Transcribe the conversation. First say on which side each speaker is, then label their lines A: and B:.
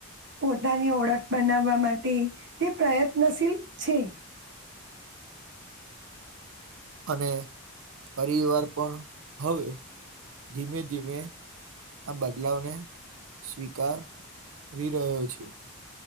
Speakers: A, on the right; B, on the right.
A: પોતાની ઓળખ બનાવા માટે તે પ્રયત્નશીલ છે.
B: અને પરિવાર પણ હવે ધીમે ધીમે. આ બદલાવને સ્વીકાર રહ્યો છે.